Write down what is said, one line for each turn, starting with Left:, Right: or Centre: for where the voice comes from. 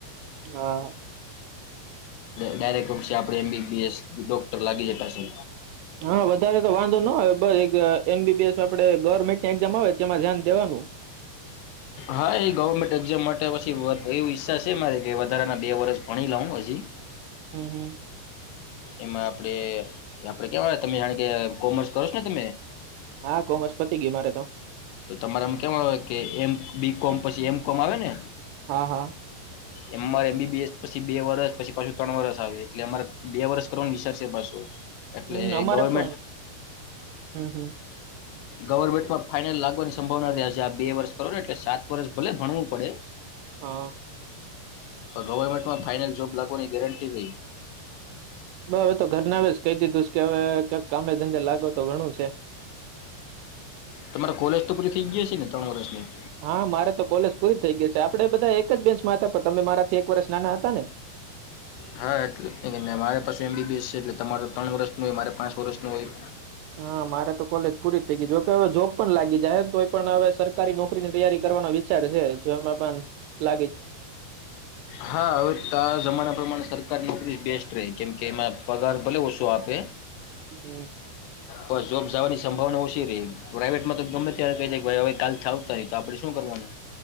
Right: હા.
Left: ડાયરેક્ટ છે આપણે એમબીબીએસ ડોક્ટર લાગી જતાશે.
Right: હા વધારે તો વાંધો નો આવે બસ એક એમબીબીએસ માં આપડે ગવર્મેન્ટ ની એક્ઝામ આવે તેમાં ધ્યાન દેવાનું. <unintelligible>
Left: હા એ ગવર્મેન્ટ એક્ઝામ માટે પછી તો એવું ઈચ્છા છે મારે કે વધારેના બે વરસ ભણી લઉ હજી.
Right: હમ હમ.
Left: એમાં આપણેે આપડે કેવાય તમે જાણે કે કોમર્સ કરો છો ને તમે
Right: હા કોમર્સ પતી ગયું મારે તો.
Left: તો તમારામ કેવા આવે કે એમ્ બી કોમ પછી એમ કોમ આવે ને.
Right: હા હા
Left: એમ મારે એમ બી બીસ પછી બે વરષ પછી પાછું ત્રણ વરષ આવે એટલે અમારે બે વર્ષ કરવાનું વિસાર્ પાસો એટલે
Right: હમ અમારે
Left: ગવર્મેન્ટ
Right: પણ હમ હમ
Left: ગવર્મેન્ટમાં ફાઇનલ લાગ વાની સંભાવના રહ્યા છે આ બે વર્ષ કરોને એટલે સાત વર્ષ ભલે ભણવું પડે
Right: હા.
Left: ગવર્મેન્ટમાં ફાઈનલ જોબ લાગવાની ગેરટી રહી.
Right: બ હવે તો ઘર ના આવે કહી દીધુંસ કે હવે કઇક કામે ધંધે લાગો તો ઘણું છે.
Left: તમારા કોલેજ તો પૂરી થઈ ગઈ. હશે ને ત્રણ વર્ષની
Right: હા મારે તો કોલેજ પૂરી થઇ ગઈ છે આપડે બધા એક એક જ બેંચમાં હતા પણ તમે મારાથી એક વર્ષ નાના હતા ને.
Left: હા એટલે જ ન મારે પાસે એમબીબએસ છે એટલે તમારે ત્રણ વર્ષનું હોય મારે પાંચ વર્ષનું હોય.
Right: હા મારે તો કોલેજ પૂરી થઇ ગઈ જોકે હવે જોબ પણ લાગી જાયને તોઈ પણ હવે સરકારી નોકરીની તૈયારી કરી વિચાર છે જોમાં પણ લે
Left: હા હવે ત જમાના પ્રમાણે સરકાર નોકરી બેસ્ટ રહે કેમ કે એમાં પગાર ભલે ઓછું આપે
Right: હમ.
Left: પર જોબ જવાની સંભાવના ઓછી રે પ્રાઇવેટ માં તો ગમે ત્યારે કય દે કે હવે કાલ થી આવતા નહી તો આપણે શું કરવાનું?